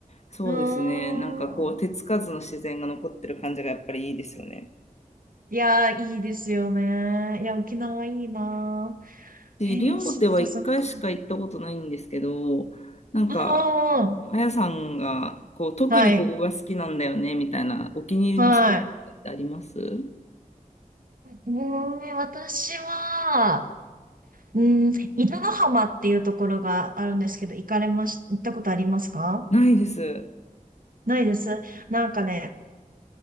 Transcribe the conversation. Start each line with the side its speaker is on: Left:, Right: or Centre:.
Left: そうですね。
Right: うーん。
Left: なんかこう、手つかずの自然が残ってる感じがやっぱりいいですよね。
Right: いやー、いいですよね。いや、沖縄いいな
Left: で、
Right: ー。へえ、
Left: 西表は一回しか行ったことないんですけど、
Right: そっかそっか。
Left: なんか、
Right: うんうんうん。
Left: あやさんが、こう、特にここが好きなんだよね、
Right: はい。
Left: みたいな、お気に入りのスポットとかってあります
Right: はい。うーん、私は、うーん、伊豆の浜っていうところがあるんですけど、行かれまし、行ったことありますか
Left: ないです。
Right: ないです。なんかね、